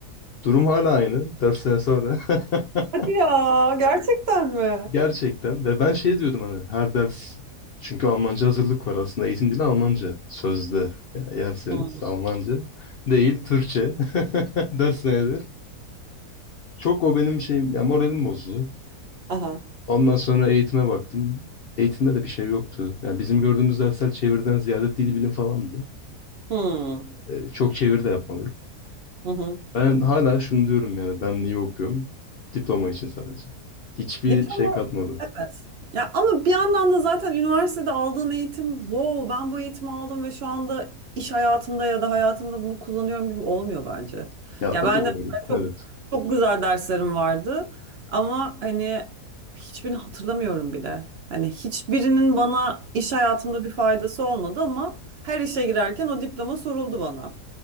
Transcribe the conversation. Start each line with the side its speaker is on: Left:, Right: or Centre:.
Left: Durum hala aynı. Dört sene sonra. <laughs>
Right: Hadi ya. Gerçekten mi?
Left: Gerçekten ve ben şey diyordum hani her ders çünkü Almanca hazırlık var aslında eğitim dili Almanca sözde Ya- yerseniz
Right: Hı
Left: Almanca değil
Right: hı.
Left: Türkçe <laughs> ders nedir? Çok o benim şeyim yani moralim bozdu.
Right: Aha.
Left: Ondan sonra eğitime baktım. Eğitimde de bir şey yoktu. Yani bizim gördüğümüz dersler çeviriden ziyade dil bilim falandı.
Right: Hmm.
Left: Ee, çok çeviri de yapmadık.
Right: Hı hı.
Left: Ben hala şunu diyorum yani ben niye okuyorum? Diploma için sadece. Hiçbir
Right: Diploma.
Left: şey katmadı.
Right: Evet. Ya ama bir yandan da zaten üniversitede aldığın eğitim, wow ben bu eğitimi aldım ve şu anda iş hayatımda ya da hayatımda bunu kullanıyorum gibi olmuyor bence.
Left: Ya
Right: Ya
Left: o
Right: ben
Left: da doğru.
Right: de mesela çok
Left: Evet.
Right: çok güzel derslerim vardı ama hani hiçbirini hatırlamıyorum bile. Hani hiçbirinin bana iş hayatımda bir faydası olmadı ama her işe girerken o diploma soruldu bana.